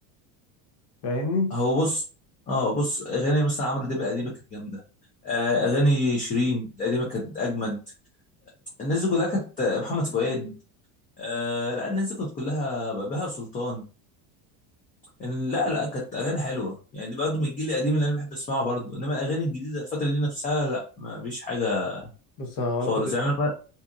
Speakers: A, on the left (about 50°); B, on the left (about 20°).
A: فاهمني
B: هو بص اه بص اغاني مثلا عمرو دياب القديمه كانت جامده آه اغاني شيرين القديمه كانت اجمد الناس دي كلها كانت محمد فؤاد آه لا الناس دي كانت كلها بهاء سلطان إن- لا لا كانت اغاني حلوه يعني دي برضه من الجيل القديم اللي انا بحب اسمعه برضه انما الاغاني الجديده الفتره دي نفسها لا ما فيش حاجه
A: بص انا وأنا
B: خالص
A: كنت
B: يعني انا ما-